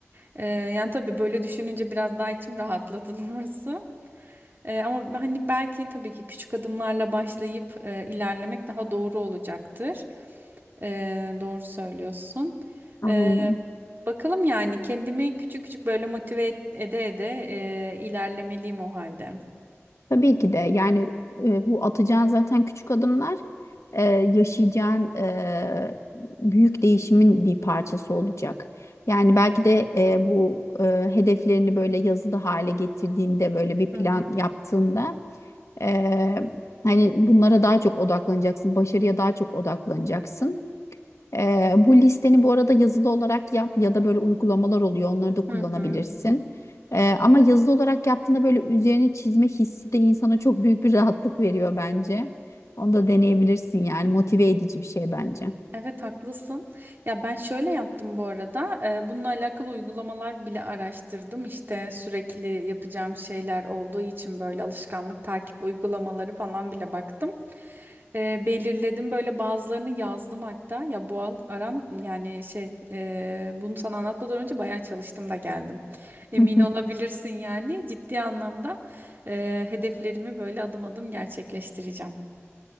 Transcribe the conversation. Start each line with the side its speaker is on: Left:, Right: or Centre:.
Right: E, yani tabii böyle düşününce biraz daha içim rahatladı <laughs> doğrusu. E, ama hani belki tabii ki küçük adımlarla başlayıp e, ilerlemek daha doğru olacaktır. E, doğru söylüyorsun.
Left: Aynen.
Right: E, bakalım yani kendimi küçük küçük böyle motive et- ede ede e, ilerlemeliyim o halde.
Left: Tabii ki de yani e, bu atacağın zaten küçük adımlar e, yaşayacağın e, büyük değişimin bir parçası olacak. Yani belki de e, bu e, hedeflerini böyle yazılı hale getirdiğinde böyle bir plan
Right: Hı hı.
Left: yaptığında e, hani bunlara daha çok odaklanacaksın, başarıya daha çok odaklanacaksın. Ee, bu listeni bu arada yazılı olarak yap ya da böyle uygulamalar oluyor. Onları da kullanabilirsin.
Right: Hı hı.
Left: Ee, ama yazılı olarak yaptığında böyle üzerine çizme hissi de insana çok büyük bir <laughs> rahatlık veriyor bence. Onu da deneyebilirsin yani motive edici bir şey bence.
Right: Evet haklısın. Ya ben şöyle yaptım bu arada. Eee, bununla alakalı uygulamalar bile araştırdım. İşte sürekli yapacağım şeyler olduğu için böyle alışkanlık takip uygulamaları falan bile baktım. Eee, belirledim böyle bazılarını yazdım hatta. Ya bu al- aran yani şey eee, bunu sana anlatmadan önce bayağı çalıştım da geldim. Emin
Left: <laughs>
Right: olabilirsin yani ciddi anlamda eee, hedeflerimi böyle adım adım gerçekleştireceğim.